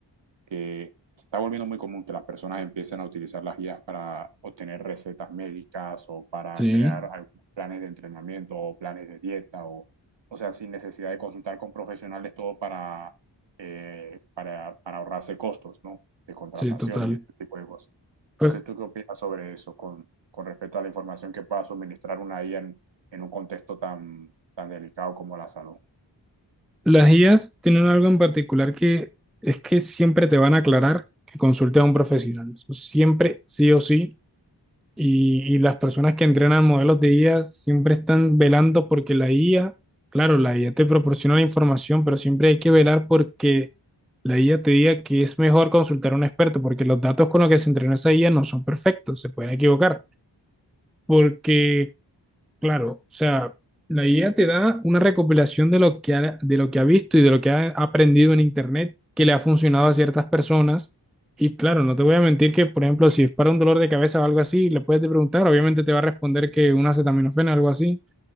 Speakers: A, on the right; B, in the centre.
A: que se está volviendo muy común que las personas empiecen a utilizar las guías para obtener recetas médicas o para
B: sí,
A: crear algunos planes de entrenamiento o planes de dieta o, o sea, sin necesidad de consultar con profesionales todo para, eh, para, para ahorrarse costos, ¿no? De contratación
B: sí, total.
A: y ese tipo de cosas.
B: Pues
A: Entonces, ¿tú qué opinas sobre eso con, con respecto a la información que pueda suministrar una IA en, en un contexto tan, tan delicado como la salud?
B: las IAs tienen algo en particular que es que siempre te van a aclarar que consulte a un profesional. Siempre, sí o sí, Y, y las personas que entrenan modelos de IA siempre están velando porque la IA, claro, la IA te proporciona la información, pero siempre hay que velar porque la IA te diga que es mejor consultar a un experto, porque los datos con los que se entrenó esa IA no son perfectos, se pueden equivocar. Porque Claro, o sea, la IA te da una recopilación de lo que ha, de lo que ha visto y de lo que ha aprendido en Internet que le ha funcionado a ciertas personas. Y claro, no te voy a mentir que, por ejemplo, si es para un dolor de cabeza o algo así, le puedes preguntar, obviamente te va a responder que una acetaminofén o algo así,